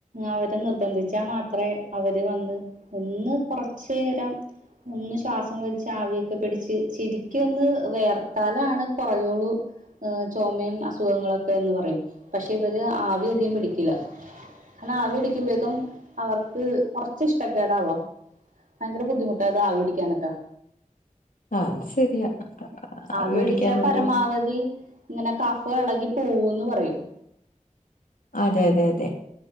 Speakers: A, on the right (about 75°); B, on the left (about 85°).
A: അവരെ നിർബന്ധിച്ചാൽ മാത്രേ അവര് വന്ന് ഒന്നു കൊറച്ചേരം നിന്ന് ശ്വാസം വലിച്ച് ആവിയൊക്കെ പിടിച്ച് ശരിക്കും ഒന്നു വെയർത്താലാണ് കൊറയുള്ളൂ ചൊമയും അസുഖങ്ങളൊക്ക ന്ന് പറയും പക്ഷേ ഇവര് ആവി അധികം പിടിക്കില്ലഎന്നാൽ ആവി പിടിക്കുമ്പോഴേക്കുംഅവർക്ക് കൊറച്ച് ഇഷ്ടക്കേടാണല്ലോ ഭയങ്കര ബുദ്ധിമുട്ടാണ് ആവി പിടിക്കാൻ ഒക്കെ
B: ആ അത് ശരിയാ
A: ആവി
B: മേടിക്കാനൊരു
A: പിടിച്ചാൽ പരമാവധി ഇങ്ങനെ കഫം എളകി പോവൂന്ന് പറയും
B: അതെ അതെ അതെ